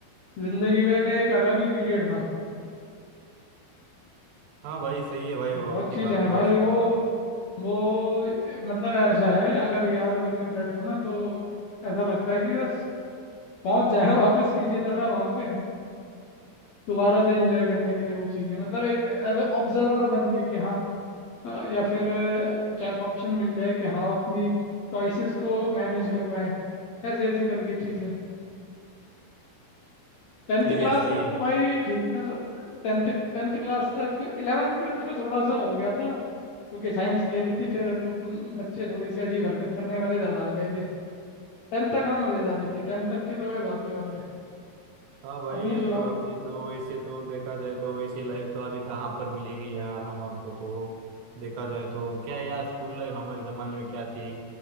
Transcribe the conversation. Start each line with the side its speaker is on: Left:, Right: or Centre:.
Left: जिंदगी का एक अलग ही पीरियड था
Right: हाँ भाई सही है भाई
Left: बहुत
Right: वो आपकी
Left: चीज़ें
Right: बात
Left: हैं
Right: भी
Left: भाई
Right: वैसा
Left: वो वो ए, मतलब ऐसा है अगर याद करने बैठो ना तो ऐसा लगता है कि बस पहुंच जाए वापस किसी तरह वहां पे दोबारा से एंजॉय करने के लिए वो चीज़ें मतलब एक एज ए ऑब्जर्वर बन के कि हाँ अ, या फिर अ, कुछ ऐसा ऑप्शन मिल जाए कि हाँ अपनी चॉइसेस को मैनेज कर पाएं ऐसे ऐसे करके चीज़ें टेंथ
Right: सही
Left: क्लास
Right: है सही
Left: तक
Right: है
Left: तो भाई ठीक था सर, टेंथ टेंथ क्लास तक इलेवेंथ ट्वेल्थ में थोड़ा सा हो गया था क्योंकि साइंस ले ली थी फिर तो ब- बच्चे थोड़ी सी अजीब हरकत करने वाले ज़्यादा आ गए थे टेंथ तक हाँ मज़ेदारी थी टेंथ तक की तो भाई बात ही और है
Right: हाँ भाई
Left: अपने सुनाओ
Right: अभी तो वैसे तो देखा जाए तो वैसी लाइफ तो अभी कहाँ पर मिलेगी यार हमारे को तो देखा जाए तो क्या यार स्कूल लाइफ हमारे जमाने में क्या थी